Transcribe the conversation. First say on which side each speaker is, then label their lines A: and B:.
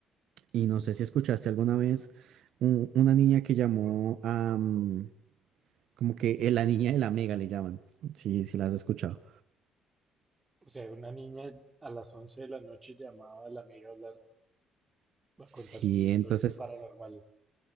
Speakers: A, on the right (about 65°); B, on the right (about 20°).
A: Y no sé si escuchaste alguna vez un- una niña que llamó a... mm, como que eh, la niña de la mega le llaman. Sí, sí, las has escuchado.
B: O sea, una niña a las 11 de la noche llamaba a la amiga a hablar, a
A: Sí,
B: contar sus historias
A: entonces,
B: paranormales.